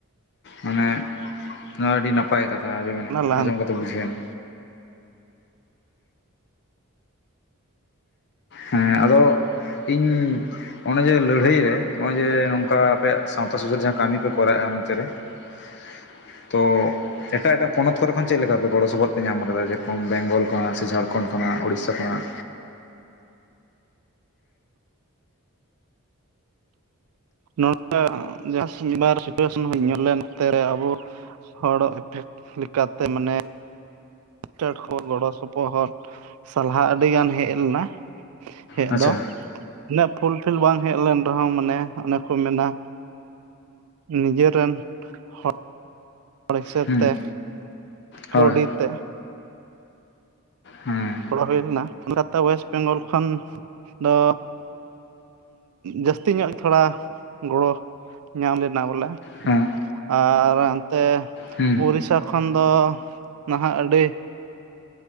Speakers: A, on the left (about 50°); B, on the right (about 80°).
A: ᱢᱟᱱᱮ ᱱᱚᱣᱟ ᱟᱹᱰᱤ ᱱᱟᱯᱟᱭ ᱠᱟᱛᱷᱟ ᱟᱸᱡᱚᱢᱮᱱᱟ
B: ᱞᱟᱦᱟ
A: ᱟᱸᱡᱚᱢ ᱠᱟᱛᱮ ᱵᱩᱡᱷᱟᱹᱣᱱᱟ᱾ ᱦᱮᱸ ᱟᱫᱚ ᱤᱧ ᱱᱚᱜᱼᱚᱭ ᱡᱮ ᱞᱟᱹᱲᱦᱟᱹᱭ ᱨᱮ ᱱᱚᱜᱼᱚᱭ ᱡᱮ ᱱᱚᱝᱠᱟ ᱟᱯᱮᱭᱟᱜ ᱥᱟᱶᱛᱟ ᱥᱩᱥᱟᱹᱨ ᱡᱟᱦᱟᱸ ᱠᱟᱹᱢᱤ ᱯᱮ ᱠᱚᱨᱟᱣᱮᱫᱼᱟ ᱚᱱᱛᱮ ᱨᱮ <inaudible> ᱛᱚ ᱮᱴᱟᱜ ᱮᱴᱟᱜ ᱯᱚᱱᱚᱛ ᱠᱚᱨᱮ ᱠᱷᱚᱱ ᱪᱮᱫ ᱞᱮᱠᱟᱯᱮ ᱜᱚᱲᱚ ᱥᱚᱯᱚᱦᱚᱫ ᱯᱮ ᱧᱟᱢ ᱟᱠᱟᱫᱟ ᱡᱮᱨᱚᱠᱚᱢ ᱵᱮᱝᱜᱚᱞ ᱠᱷᱚᱱᱟᱜ ᱥᱮ ᱡᱷᱟᱲᱠᱷᱚᱸᱰ ᱠᱷᱚᱱᱟᱜ᱾ ᱩᱲᱤᱥᱥᱟ ᱠᱷᱚᱱᱟᱜ᱾
B: ᱱᱚᱠᱟ ᱡᱟᱦᱟᱸ ᱵᱟᱨ ᱥᱤᱪᱩᱭᱮᱥᱚᱱ ᱧᱚᱜ ᱞᱮᱱᱛᱮ ᱟᱵᱚ ᱦᱚᱲ ᱤᱯᱷᱮᱠᱴ ᱞᱮᱠᱟᱛᱮ ᱢᱟᱱᱮ <unintelligible> ᱠᱷᱚᱱ ᱜᱚᱲᱚ ᱥᱚᱯᱚᱦᱚᱫ ᱥᱟᱞᱦᱟ ᱟᱹᱰᱤᱜᱟᱱ ᱦᱮᱡ ᱞᱮᱱᱟ ᱦᱮᱡ
A: ᱟᱪᱪᱷᱟ
B: ᱫᱚ ᱩᱱᱟᱹᱜ ᱯᱷᱩᱞᱯᱷᱤᱞ ᱵᱟᱝ ᱦᱮᱡ ᱞᱮᱱ ᱨᱮᱦᱚᱸ ᱢᱟᱱᱮ ᱚᱱᱮ ᱠᱚ ᱢᱮᱱᱟ ᱱᱤᱡᱮ ᱨᱮᱱ ᱦᱚᱲ <unintelligible>
A: ᱦᱩᱸ
B: ᱛᱮ
A: ᱦᱳᱭ
B: ᱠᱟᱹᱣᱰᱤ ᱛᱮ
A: ᱦᱮᱸ
B: ᱜᱚᱲᱚ ᱦᱩᱭ ᱞᱮᱱᱟ ᱠᱳᱞᱠᱟᱛᱟ ᱚᱳᱭᱮᱥᱴ ᱵᱮᱝᱜᱚᱞ ᱠᱷᱚᱱ ᱫᱚ ᱡᱟᱹᱥᱛᱤ ᱧᱚᱜ ᱛᱷᱚᱲᱟ ᱜᱚᱲᱚ ᱧᱟᱢ ᱞᱮᱱᱟ ᱵᱚᱞᱮ᱾
A: ᱦᱮᱸ
B: ᱟᱨ ᱚᱱᱛᱮ
A: ᱦᱩᱸ
B: ᱩᱲᱤᱥᱟ ᱠᱷᱚᱱ ᱫᱚ ᱱᱟᱦᱟᱜ ᱟᱹᱰᱤ